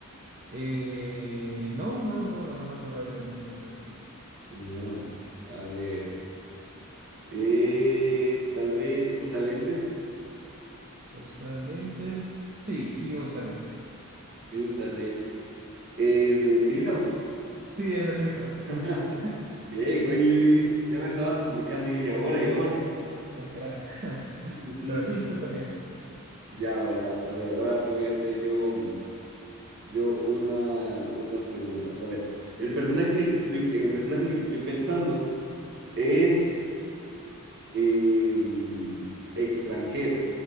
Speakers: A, on the right; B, on the right.
A: Eh, no, no, no, la mamá no baila en un club de stripper,
B: No.
A: de strippers.
B: A ver. Eh, tal vez usa lentes.
A: ¿Usa lentes? Sí, sí usa lentes.
B: Sí, usa lentes. Es del Milhouse.
A: Sí, es de Milhouse,
B: <laughs>
A: muy bien.
B: Bien, oye, yo dije, ya me estaba complicando y yo, y ahora, y ahora.
A: ¿Quién será? <laughs>
B: <laughs>
A: Pero sí, súper bien.
B: Ya verás, a ver, ahora te voy a hacer yo, yo una, unas preguntas. A ver, el personaje
A: A ver.
B: en el que estoy, en el personaje en el que estoy pensando es eh, extranjero.